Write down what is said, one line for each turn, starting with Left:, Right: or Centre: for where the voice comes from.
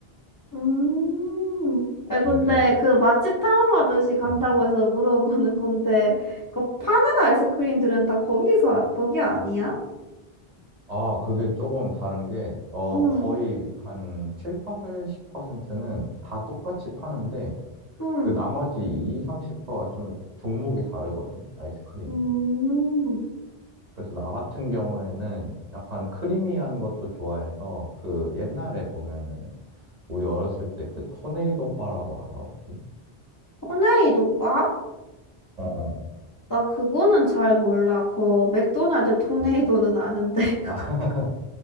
Left: 음. 아
Right: 근데,
Left: 근데 그 맛집 탐험하듯이 간다고
Right: 음.
Left: 해서 물어보는 건데 그 파는 아이스크림들은 다 거기서 거기 아니야?
Right: 아, 그게 조금 다른 게, 어,
Left: 응.
Right: 거의 한 7, 80%는 다 똑같이 파는데,
Left: 응.
Right: 그 나머지 20, 30%가 좀 종목이 다르거든? 아이스크림이.
Left: 음.
Right: 그래서 나 같은 경우에는 약간 크리미한 것도 좋아해서 그 옛날에 보면은 우리 어렸을 때 그 토네이도 바라고 알아 혹시?
Left: 토네이도 바?
Right: 어어.
Left: 나 그거는 잘 몰라. 그 맥도날드 토네이도는
Right: 어. 어.
Left: 아는데. <laughs>
Right: 아, <laughs>